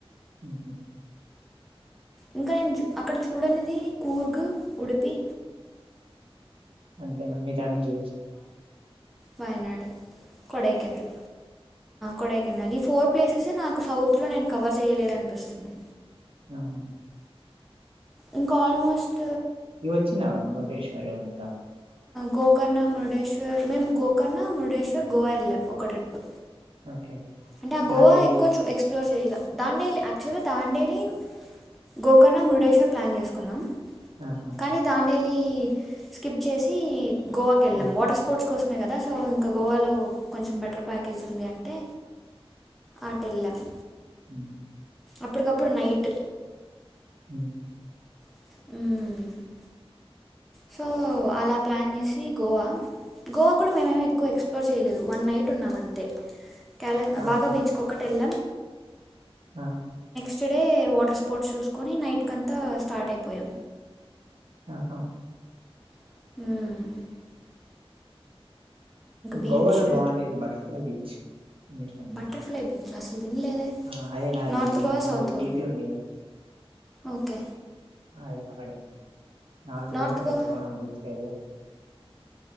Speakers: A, on the right; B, in the centre.
A: మ్
B: ఇంకా నేను అక్కడ చూడనిది కూర్గు, ఉడిపి.
A: అంతేనా మిగతావి అన్నీ చూడచ్చు.
B: పాయనాడు, కొడైకెనాల్ కొడైకన్నాల్ ఈ ఫోర్ ప్లేసెసే నాకు సౌత్లో నేను కవర్ చేయలేద అనిపిస్తుంది.
A: ఆహా!
B: ఇంకాల్మోస్ట్
A: ఇవి వచ్చిన మురుగేశ్వరు అంత
B: గోకర్ణ, మురుడేశ్వర్, మేము గోకర్ణ మురుడేశ్వర్, గోవా వెళ్ళాము ఒక ట్రిప్పు.
A: ఓకే
B: అంటే, ఆ
A: డాండెల్లి
B: గోవా ఎక్కువ చూపించు ఎక్స్ప్లోర్ చేయాల దాండేలి, యాక్చువల్గా దాండేలి, గోకర్ణ, మురుడేశ్వర్ ప్లాన్ చేసుకున్నాం.
A: ఆహా
B: కానీ దాండేలి స్కిప్ చేసి గోవాకి వెళ్ళాం.
A: ఉమ్
B: వాటర్ స్పోర్ట్స్ కోసమే కదా, సో ఇంకా గోవాలో కొంచెం బెటర్ ప్యాకేజ్ ఉంది అంటే అటెల్లామ్
A: మ్ హూ
B: అప్పటికప్పుడు నైట్
A: మ్
B: మ్ సో అలా ప్లాన్ చేసి గోవా గోవా కూడా మేమేం ఎక్కువ ఎక్స్ప్లోర్ చేయలేదు వన్ నైట్ ఉన్నామంతే. కాల
A: ఆహా
B: బాగా బీచ్ కు ఒక్కటికి వెళ్ళాం.
A: ఆ
B: నెక్స్ట్ డే వాటర్ స్పోర్ట్స్ చూసుకొని నైట్కంతా స్టార్ట్ అయిపోయాం.
A: ఆహా!
B: మ్ బీచ్
A: గోవాలో బాగుండేది బటర్ఫ్లై బీచ్ అన్నిటికంటే.
B: బటర్ఫ్లై బీచ్ అసలు వినలేదే
A: ఆ అదే నాది
B: నార్త్ గోవా
A: ముందు
B: సౌత్ గోవా
A: డిపి ఉందిగదా.
B: ఓకే
A: అ అక్కడే నడుచుకోడం
B: నార్త్
A: రాౌచ్చుకోన
B: గోవా
A: గుతులే <unintelligible>